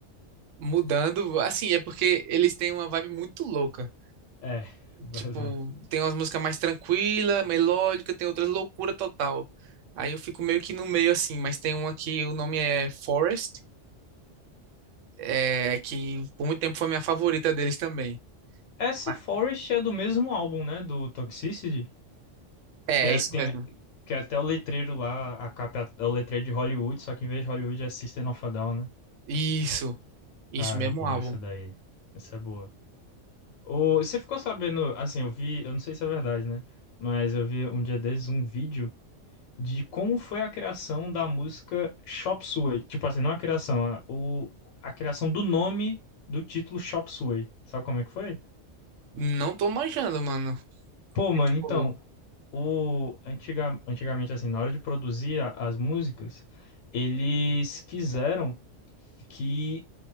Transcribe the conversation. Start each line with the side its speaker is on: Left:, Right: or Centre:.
Right: mudando. Assim, é porque eles têm uma vibe muito louca.
Left: É, <laughs>
Right: Tipo,
Left: verdade.
Right: tem umas músicas mais tranquila, melódica, tem outras loucura total. Aí eu fico meio que no meio assim, mas tem uma que o nome é Forest, é que por muito tempo foi minha favorita deles também.
Left: Essa
Right: Ah,
Left: Forest é do mesmo álbum, né? Do Toxicity.
Right: É,
Left: Que é,
Right: é isso
Left: tem,
Right: mesmo.
Left: que é até o letreiro lá, a capa é o letreiro de Hollywood, só que em vez de Hollywood é System of a Down, né?
Right: Isso. Isso
Left: Cara,
Right: mesmo,
Left: é bom
Right: álbum.
Left: essa daí. Essa é boa. Ô, você ficou sabendo, assim, eu vi, eu não sei se é verdade, né? Mas eu vi um dia desses um vídeo de como foi a criação da música Chop Suey. Tipo assim, não a criação, a, o, a criação do nome do título Chop Suey. Sabe como é que foi?
Right: Não tô manjando, mano. O
Left: Pô,
Right: que
Left: mano,
Right: que
Left: então,
Right: rolou?
Left: o antiga, antigamente assim, na hora de produzir a- as músicas, eles quiseram que